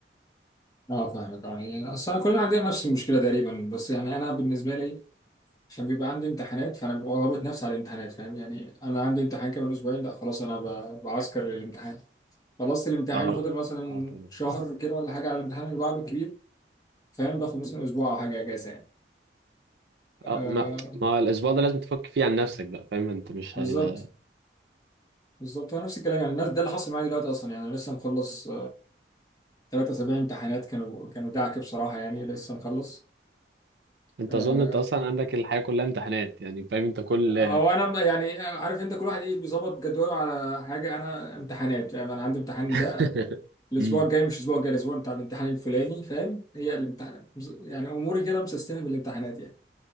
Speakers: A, on the left (about 20°); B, on the right (about 70°).
A: اه فاهمك اه يعني اصل كلنا عندنا نفس المشكله تقريبا بس يعني انا بالنسبه لي عشان بيبقى عندي امتحانات فانا ببقى ضابط نفسي على الامتحانات فاهم يعني انا عندي امتحان كمان اسبوعين لا خلاص انا ب- بعسكر للامتحان خلصت الامتحان
B: اه
A: وفاضل مثلا
B: اه تمام
A: شهر كده ولا حاجه على الامتحان اللي بعده الكبير فاهم باخد مثلا اسبوع او حاجه اجازه يعني آه
B: اه ما... ما الاسبوع ده لازم تفك فيه عن نفسك بقى فاهم انت مش
A: بالظبط
B: هي...
A: بالظبط هو نفس الكلام يعني الناس ده اللي حصل معايا دلوقتي اصلا يعني انا لسه مخلص ثلاث اسابيع امتحانات كانوا كانوا دعكه بصراحه يعني لسه مخلص
B: انت
A: آه،
B: اظن انت اصلا عندك الحياه كلها امتحانات يعني فاهم انت كل
A: هو انا م- يعني آه، عارف انت كل واحد ايه بيظبط جدوله على حاجه انا امتحانات يعني انا عندي امتحان ده
B: <laughs>
A: الاسبوع
B: مم.
A: الجاي مش الاسبوع الجاي الاسبوع بتاع الامتحان الفلاني فاهم هي الامتحان يعني اموري كده مسيستمه بالامتحانات يعني